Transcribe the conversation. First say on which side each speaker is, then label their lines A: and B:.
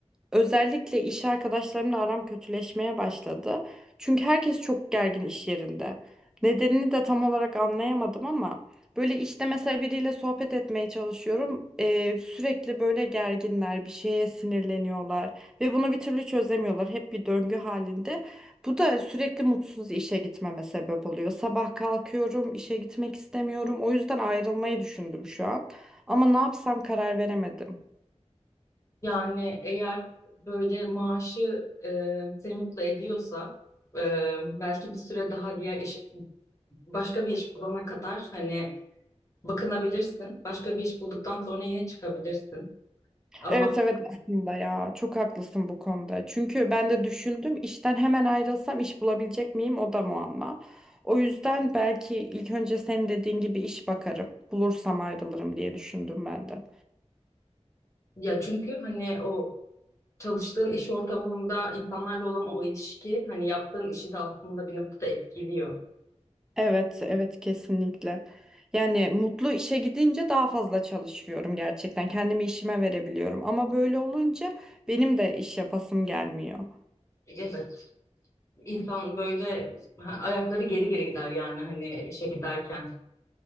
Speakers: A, in the centre; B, on the left.
A: Özellikle iş arkadaşlarımla aram kötüleşmeye başladı. Çünkü herkes çok gergin iş yerinde. Nedenini de tam olarak anlayamadım ama böyle işte mesela biriyle sohbet etmeye çalışıyorum. Ee, sürekli böyle gerginler, bir şeye sinirleniyorlar ve bunu bir türlü çözemiyorlar. Hep bir döngü halinde. Bu da sürekli mutsuz işe gitmeme sebep oluyor. Sabah kalkıyorum, işe gitmek istemiyorum. O yüzden ayrılmayı düşündüm şu an. Ama ne yapsam karar veremedim.
B: Yani eğer böyle maaşı e, seni mutlu ediyorsa e, belki bir süre daha diğer iş, başka bir iş bulana kadar hani bakınabilirsin. Başka bir iş bulduktan sonra yine çıkabilirsin. Ama
A: Evet evet aslında ya çok haklısın bu konuda. Çünkü ben de düşündüm işten hemen ayrılsam iş bulabilecek miyim o da muamma. O yüzden belki ilk önce senin dediğin gibi iş bakarım. Bulursam ayrılırım diye düşündüm ben de.
B: ya çünkü hani o çalıştığın iş ortamında insanlarla olan o ilişki hani yaptığın işi de aslında bir noktada etkiliyor.
A: Evet evet kesinlikle. Yani mutlu işe gidince daha fazla çalışıyorum gerçekten. Kendimi işime verebiliyorum ama böyle olunca benim de iş yapasım gelmiyor.
B: Evet. İnsan böyle ha, ayakları geri geri gider yani hani işe giderken.